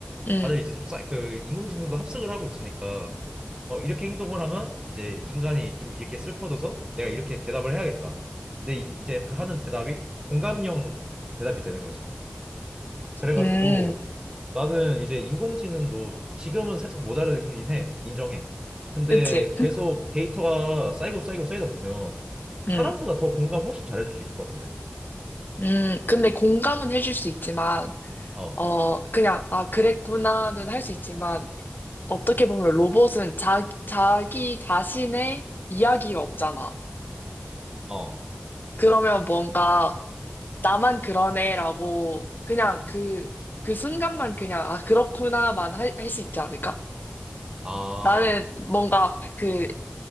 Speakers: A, on the left; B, on the right.
A: 응,
B: 다들 이제 좀 그 인공지능도 합숙을 하고 있으니까 어, 이렇게 행동을 하면 이제 인간이 좀 이렇게 슬퍼져서 내가 이렇게 대답을 해야겠다. 근데 이- 이제 그 하는 대답이 공감형 대답이 되는 거지. 그래가지고
A: 응.
B: 나는 이제 인공지능도 지금은 살짝 모자라긴 해. 인정해. 근데
A: 그치?
B: 계속 데이터가 쌓이고 쌓이고 쌓이다 보면 사람보다
A: 응,
B: 더 공감 훨씬 잘해줄 수 있을 것 같은데?
A: 응. 근데 공감은 해줄 수 있지만,
B: 어,
A: 어, 그냥, 아, 그랬구나는 할 수 있지만, 어떻게 보면 로봇은 자, 자기 자신의 이야기가 없잖아.
B: 어,
A: 그러면 뭔가, 나만 그러네라고, 그냥 그, 그 순간만 그냥, 아, 그렇구나만 할, 할 수 있지 않을까?
B: 아,
A: 나는 뭔가, 그